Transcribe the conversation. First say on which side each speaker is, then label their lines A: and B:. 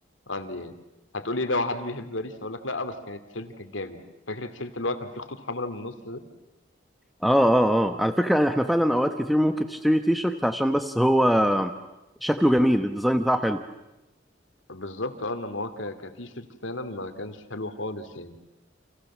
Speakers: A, on the left; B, in the centre.
A: عندي يعني هتقولي إيه ده واحد بيحب باريس اقول لك لا بس كان التيشيرت كان جامد فاكر التيشيرت اللي هو كان فيه خطوط حمراء من النص ده
B: اه اه على فكرة احنا فعلا اوقات كتير ممكن تشتري تيشيرت عشان بس هو شكله جميل الديزاين بتاعه حلو
A: بالظبط اه انما هو ك- كتيشيرت فعلا ما كانش حلو خالص يعني